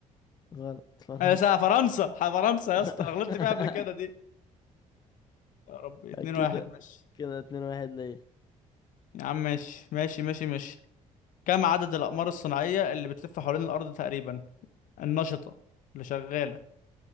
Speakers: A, on the left; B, on the left.
A: غلط فرنسا
B: انا سأ فرنسا ح- فرنسا يا
A: <laughs>
B: اسطى أنا غلطت فيها قبل كده دي يا ربي اتنين
A: كده
B: واحد ماشي
A: كده اتنين واحد ليا
B: يا عم ماشي ماشي ماشي ماشي كم عدد الأقمار الصناعية اللي بتلف حوالين الأرض تقريبا النشطة اللي شغالة